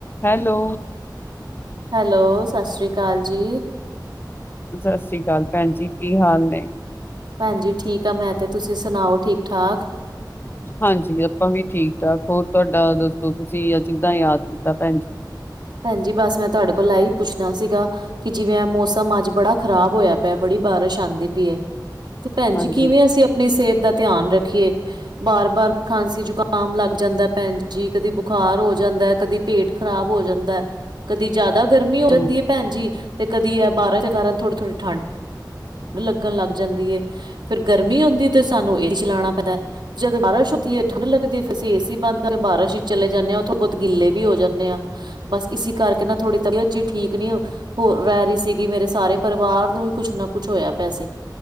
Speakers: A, on the left (about 30°); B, on the right (about 75°).
A: Hello.
B: Hello, ਸਤਿ ਸ਼੍ਰੀ ਅਕਾਲ ਜੀ।
A: ਸਤਿ ਸ਼੍ਰੀ ਅਕਾਲ ਭੈਣ ਜੀ ਕੀ ਹਾਲ ਨੇ?
B: ਭੈਂਜੀ ਠੀਕ ਆ ਮੈ, ਤੇ ਤੁਸੀ ਸੁਣਾਓ ਠੀਕ ਠਾਕ।
A: ਹਾਂਜੀ। ਆਪਾ ਵੀ ਠੀਕ ਠਾਕ ਹੋਰ ਤਾਡਾ ਦਸੋ ਤੁਸੀ ਆ ਕਿਦਾ ਯਾਦ ਕੀਤਾ ਭੈਣ ਜੀ।
B: ਭੈਂਜੀ ਬਸ ਮੈ ਤਆਡੇ ਕੋਲ ਐ ਈ ਪੁੱਛਨਾ ਸੀਗਾ ਕਿ ਜਿਵੇ ਮੋਸਮ ਅਜ ਬੜਾ ਖਰਾਬ ਹੋਏਆ ਪੇਆ। ਬੜੀ ਬਾਰਿਸ਼ ਆਂਦੀ ਪਈ ਏ। ਤੇ ਭੈਣਜੀ
A: ਹਾਂਜੀ,
B: ਕਿਵੇਂ ਅਸੀ ਆਪਣੀ ਸਿਹਤ ਦਾ ਧਿਆਨ ਰਖੀਏ- ਬਾਰ- ਬਾਰ ਖਾਂਸੀ ਜ਼ੁਕਾਮ ਲਗ ਜਾਂਦਾ ਭੈਣਜੀ ਕਦੀ ਬੁਖਾਰ ਹੋ ਜਾਂਦਾ ਕਦੀ ਪੇਟ ਖਰਾਬ ਹੋ ਜ- ਦਾ ਕਦੀ ਜਿਆਦਾ ਗਰਮੀ ਹੋ ਜਾਦੀ
A: ਹਾਂਜੀ,
B: ਭੈਣਜੀ ਤੇ ਕਦੀ ਇਹ ਬਾਰਸ਼ ਦੇ ਕਾਰਨ ਥੋੜੀ- ਥੋੜੀ ਠੰਡ- ਲਗਣ ਲਗ ਜਾਂਦੀ ਏ, ਫਿਰ ਗਰਮੀ ਹੁੰਦੀ ਤੇ ਸਾਨੂੰ ਏਸੀ ਚਲਾਉਣਾ ਪੈਂਦਾ- ਜਦੋਂ ਬਾਰਿਸ਼ ਹੁੰਦੀ ਠੰਢ ਲਗਦੀ ਫਿਰ ਅਸੀ ਏਸੀ ਬੰਦ ਕਰਕੇ ਬਾਰਸ਼ ਵਿਚ ਚਲੇ ਜਾਦੇ ਹਾਂ ਉਥੋਂ ਬਹੁਤ ਗਿਲੇ ਵੀ ਹੋ ਜਾਂਦੇ ਆ- ਬਸ ਇਸੀ ਕਰਕੇ ਨਾ ਥੋੜੀ ਤਬੀਅਤ ਜੀ ਠੀਕ ਨੀ ਹੋ- ਹੋ ਰਹਿ ਸੀਗੀ ਮੇਰੇ ਸਾਰੇ ਪਰਿਵਾਰ ਨੂੰ ਵੀ ਕੁਛ ਨਾ- ਕੁਛ ਹੋਇਆ ਪਿਆ ਸੀ